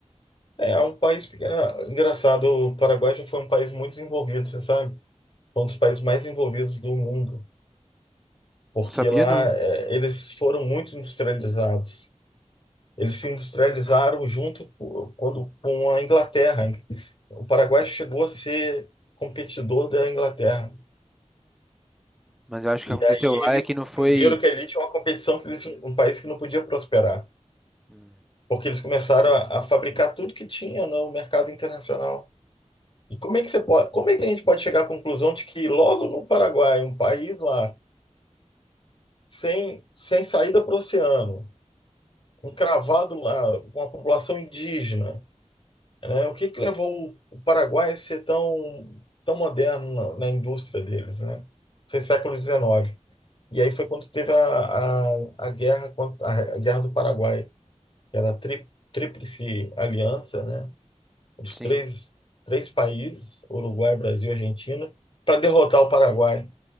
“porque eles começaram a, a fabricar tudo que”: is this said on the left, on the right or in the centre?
Left